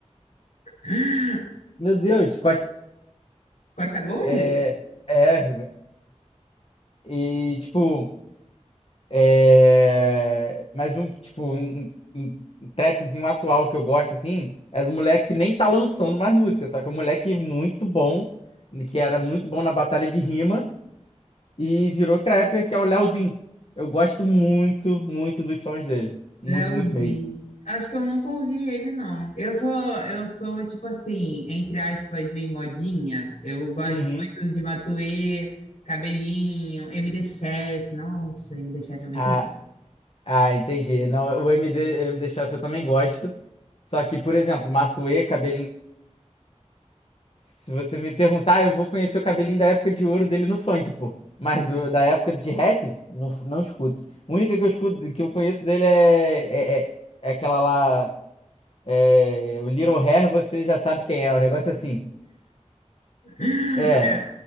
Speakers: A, on the left; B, on the left.
A: <laughs>
B: Meu Deus, Costa.
A: Costa Gold?
B: É, é. E, tipo. É, Mas um, tipo, um, um- um trapzinho atual que eu gosto, assim, é do moleque que nem tá lançando mais música, só que é um moleque muito bom, que era muito bom na batalha de rima e virou trapper, que é o Leozinho. Eu gosto muito, muito dos sons dele. Muito,
A: Leozinho.
B: muito mesmo.
A: Acho que eu nunca ouvi ele, não. Eu sou, eu sou, tipo assim, entre aspas, meio modinha. Eu gosto
B: Uhum.
A: muito de Matuê, Cabelinho, MD Chef. Nossa, MD Chef é muito
B: Ah,
A: bom.
B: ah, entendi. Não, o MD, o MD Chef eu também gosto. Só que, por exemplo, Matuê, Cabelinho Se você me perguntar, eu vou conhecer o cabelinho da época de ouro dele no funk, pô. Mas do- da época de rap, não, não escuto. A única que eu escuto, que eu conheço dele é, é, é- é aquela lá. é, o Little Hair, você já sabe quem é. O negócio é assim.
A: <laughs>
B: É,
A: É,